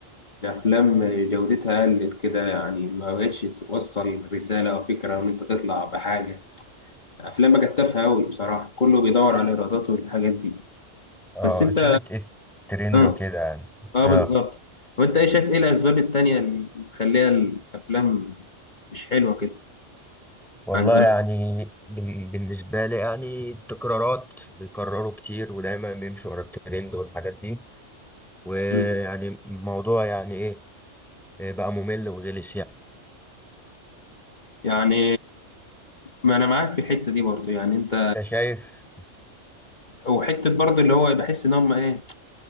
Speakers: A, on the left; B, in the centre.
A: الافلام جودتها قلت كده يعني ما بقتش توصل رساله او فكره ان انت تطلع بحاجه افلام بقى تافهه قوي بصراحه كله بيدور على الايرادات والحاجات دي
B: اه
A: بس انت
B: تشوف الت- الترند
A: اه
B: وكده يعني
A: اه
B: اه
A: بالظبط وانت ايه شايف ايه الاسباب التانية اللي مخليها الافلام مش حلوه كده
B: والله
A: عن زمان
B: يعني بال- بالنسبة لي يعني التكرارات بيكرروا كتير ودايما بيمشوا ورا الترند والحاجات دي ويعني
A: مم.
B: الموضوع يعني ايه إيه بقى ممل وغلس يعني
A: يعني ما انا معاك في الحته دي برضو يعني انت
B: انت شايف
A: وحته برضو اللي هو بحس ان هم ايه